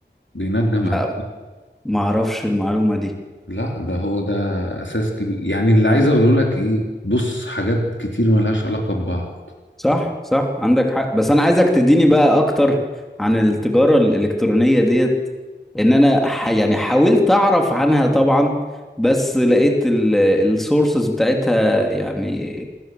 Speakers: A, on the left; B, in the centre.
A: بينجم
B: لا
A: على
B: ما اعرفش المعلومه دي
A: لا ده هو ده اساس كبير يعني اللي عايز اقوله لك ايه بص حاجات كتير ملهاش علاقة ببعض
B: صح صح عندك حق بس انا عايزك تديني بقى اكتر عن التجاره الالكترونيه ديت ان انا ح... يعني حاولت اعرف عنها طبعا بس لقيت السورسز بتاعتها يعني